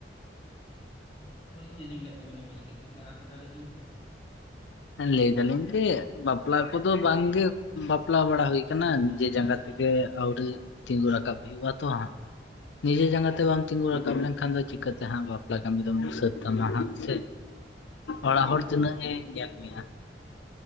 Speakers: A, on the left; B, on the left.
A: ᱦᱮᱸ ᱨᱚᱲ ᱵᱟᱹᱞᱤᱧ ᱟᱸᱡᱢ ᱞᱮᱫ ᱛᱟᱵᱮᱱᱟ ᱵᱷᱟᱹᱜᱤ ᱴᱷᱤᱠ ᱵᱮᱱ ᱟᱨ ᱢᱤᱫ ᱫᱷᱟᱣ ᱞᱟᱹᱭᱵᱮᱱ ᱥᱮ
B: ᱞᱟᱹᱭ ᱫᱟᱞᱤᱧ ᱡᱮ ᱵᱟᱯᱞᱟ ᱠᱚᱫᱚ ᱵᱟᱝᱜᱮ᱾ ᱵᱟᱯᱞᱟ ᱵᱟᱲᱟ ᱦᱩᱭ ᱼᱼ ᱠᱟᱱᱟ ᱱᱤᱡᱮ ᱡᱟᱸᱜᱟ ᱛᱮᱜᱮ
A: ᱚ
B: ᱟᱹᱣᱨᱤ ᱛᱤᱸᱜᱩ ᱨᱟᱠᱟᱵ ᱦᱩᱭᱩᱜᱼᱟ ᱛᱚ ᱦᱟᱸᱜ। ᱱᱤᱡᱮ ᱡᱟᱸᱜᱟ ᱛᱮ ᱵᱟᱢ ᱛᱤᱸᱜᱩ ᱨᱟᱠᱟᱵ ᱞᱮᱱᱠᱷᱟᱱ ᱫᱚ ᱪᱤᱠᱠᱟᱛᱮ ᱦᱟᱸᱜ ᱵᱟᱯᱞᱟ ᱠᱟᱹᱢᱤ ᱫᱚᱢ ᱥᱟᱹᱛ ᱛᱟᱢᱟ ᱦᱟᱸᱜ ᱥᱮ।
A: ᱦᱩᱸ ᱦᱩᱸ
B: ᱚᱲᱟᱜ ᱦᱚᱲ ᱛᱤᱱᱟᱹᱜ ᱮ ᱧᱮᱞ ᱢᱮᱭᱟ।